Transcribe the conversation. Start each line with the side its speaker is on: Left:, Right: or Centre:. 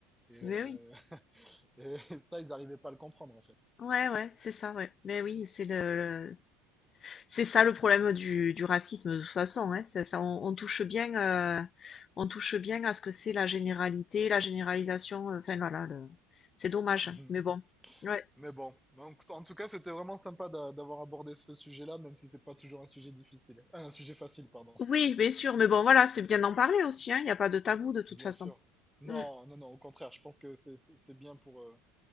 Centre: Et,
Left: Mais
Centre: euh,
Left: oui.
Centre: <laughs> et ça, ils n'arrivaient pas à le comprendre, en fait.
Left: Ouais, ouais, c'est ça, ouais. Mais oui, c'est le, le- c'est ça le problème du, du racisme de toute façon, hein. Ça, ça, on, on touche bien, euh, on touche bien à ce que c'est la généralité, la généralisation. euh, Enfin voilà, le- c'est dommage,
Centre: Mhm.
Left: mais bon. Ouais.
Centre: Mais bon, donc, en tout cas, c'était vraiment sympa d'a- d'avoir abordé ce sujet-là, même si c'est pas toujours un sujet difficile. Ah, Un sujet facile, pardon.
Left: Oui, bien sûr, mais bon, voilà, c'est bien d'en parler aussi, hein. Il n'y a pas de tabou de toute
Centre: Bien
Left: façon.
Centre: sûr. Non,
Left: Mm,
Centre: non, non, au contraire, je pense que c'est c'est- c'est bien pour, euh,